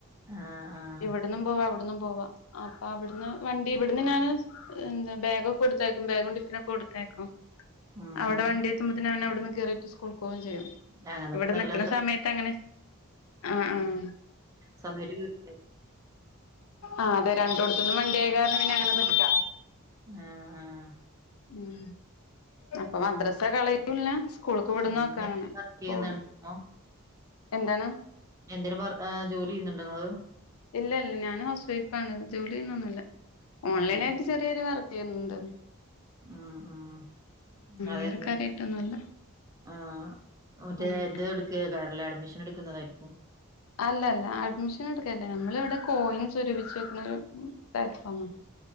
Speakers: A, on the right (about 15°); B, on the left (about 80°).
A: ആഹ് ആഹ്.
B: അവ്ട്ന്നും പോവാ. ഇവ്ട്ന്നും പോവാ. അപ്പൊ അവ്ട്ന്ന് വണ്ടി ഇവ്ട്ന്ന് ഞാന്. ഉം എന്താ ബാഗൊക്കെ കൊടുത്തയക്കും. ബാഗും ടിഫിനൊക്കെ കൊടുത്തയക്കും.
A: ഉം
B: അവ്ടെ
A: ഉം
B: വണ്ടി എത്തുമ്പത്തേന് അവടന്ന് കേറിട്ട് സ്കൂൾക്കോവും ചെയ്യും. ങ്ങട്ട്
A: ഞങ്ങതോണ്ട്
B: ഇവ്ടെ
A: നല്ല
B: നിക്ക്ണ സമയത്തഅങ്ങനെ ആഹ് ആഹ്.
A: സൊന്തായിട്ട് വീട് ല്ലേ.
B: ആഹ് അതെ രണ്ടോട്ത്ത്ന്നും വണ്ടിയായ കാര്ണം പിന്നെ അങ്ങനെ നിക്കാം
A: ആഹ് ആഹ്.
B: ഉം. പ്പൊ മദ്രസ കളയത്തുല്ല. സ്കൂള്ക്ക് ഇവിടുന്നൊക്കെ
A: ഉം എന്തേലും
B: അങ്ങനെ
A: വർക്ക് ചെയ്യുന്നുണ്ടോ
B: പോവ് എന്താണ്.
A: എന്തരും വർ ഏഹ് ജോലി എയ്യുന്നുണ്ടോ ഇങ്ങള്.
B: ഇല്ലല്ല. ഞാന് ഹൗസ് വൈഫാണ്. ജോലി എയ്യുന്നൊന്നുല്ല. ഓൺലൈനായിട്ട്
A: ആഹ്
B: ചെറിയൊരു വർ എന്ത്?
A: ആഹ് ആഹ്. അതെന്താ.
B: വേറെ കാര്യായിട്ടൊന്നുല്ല
A: ആഹ് മറ്റേ
B: ഉം
A: ത് ഇട്. ക്കേകാരെല്ലെ. അഡ്മിഷൻ എടുക്കുന്നതായിരിക്കും.
B: അല്ലല്ല. അഡ്മിഷൻ എടുക്കല്ല. നമ്മള് വിടെ കോയിൻ സ്വരൂപിച്ച് വെക്ക്ണ ഒരു പ്ലാറ്റ്ഫോമാണ്.